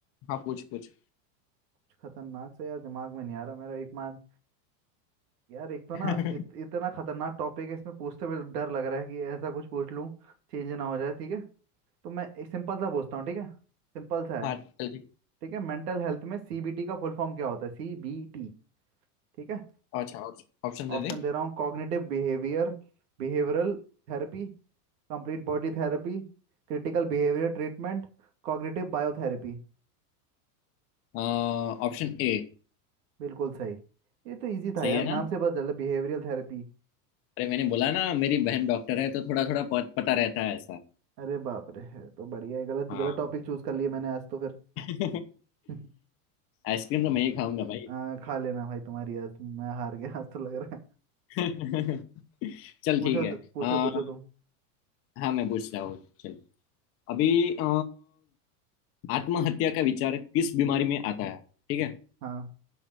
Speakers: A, on the left; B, on the right.
A: हाँ पूछ पूछ
B: कुछ खतरनाक से यार दिमाग में नहीं आ रहा मेरा एक मार यार एक तो
A: <laughs>
B: ना इत, इतना खतरनाक टॉपिक है इसमें पूछते हुए डर लग रहा है कि ऐसा कुछ पूछ लूं चेंज ना हो जाए ठीक है तो मैं एक सिंपल सा पूछता हूँ ठीक है सिंपल सा
A: हाँ
B: है
A: चल ठीक
B: ठीक है मेंटल हेल्थ में सीबीटी का फुल फॉर्म क्या होता है सीबीटी ठीक है
A: अच्छा ऑप्शन दे
B: ऑप्शन
A: दे
B: दे रहा हूँ cognitive behaviour behavioural therapy complete body therapy critical behaviour treatment cognitive biotherapy
A: Option A
B: बिल्कुल सही ये तो इजी
A: सही
B: था यार
A: है
B: नाम
A: ना
B: से पता चल रहा है बिहेवियरल थेरेपी
A: अरे मैंने बोला ना मेरी बहन डॉक्टर है तो थोड़ा थोड़ा पता रहता है
B: अरे बाप रे है तो बढ़िया है गलत
A: हाँ
B: गलत टॉपिक चूज कर लिए मैंने आज तो फिर
A: <laughs>
B: <laughs>
A: आइसक्रीम तो मैं ही खाऊंगा भाई
B: आ, खा लेना भाई तुम्हारी आज तुम- मैं हार गया आज तो लग रहा है
A: <laughs> चल
B: पूछो
A: ठीक है
B: तो- पूछो
A: आ,
B: पूछो तुम
A: हाँ मैं पूछ रहा हूँ चल अभी अ, आत्महत्या का विचार किस बीमारी में आता है ठीक है
B: हाँ